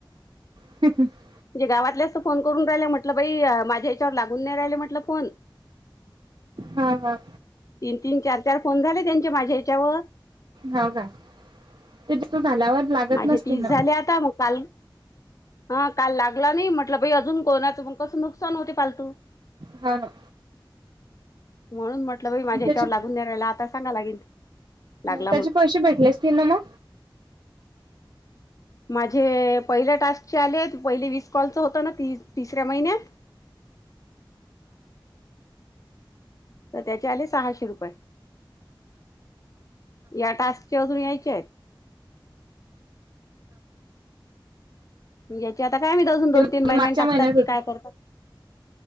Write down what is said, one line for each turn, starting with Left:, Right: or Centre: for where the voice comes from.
Right: <unintelligible>
Left: म्हणजे गावातल्याचत फोन करून राहिला म्हटलं बाई, माझ्या याच्यावर लागून नाही राहिले म्हटलं फोन.
Right: हा हा.
Left: तीन तीन चार चार फोन झाले, त्यांचे माझ्या हेच्यावर.
Right: हो का, तो दिसतो झाल्यावर. लागत
Left: माझे
Right: नसतील
Left: तीस
Right: ना
Left: झाले आता मग काल हा काल लागला नाही म्हटलं, बाई अजून कोणाचं मग कसं नुकसान होते फालतू.
Right: हा ना.
Left: म्हणून म्हटलं बाई माझ्या
Right: त्याचे
Left: याच्यावर लागून न रायला आता सांगा लागेल लागेलं.
Right: त्याचे पैसे भेटले. तिन मा
Left: माझे पहिल्या टास्कचे आले पहिले वीस कॉलच होतं ना ती तिसऱ्या महिन्यात. तर त्याचे आले सहाशे रुपये या टास्कचे अजून यायचे. या्याचे आता काय मी अजून दोन
Right: ते
Left: तीन महिन्यांनी
Right: मागच्या
Left: टाकतात
Right: महिन्यात
Left: की
Right: होते
Left: काय करतात.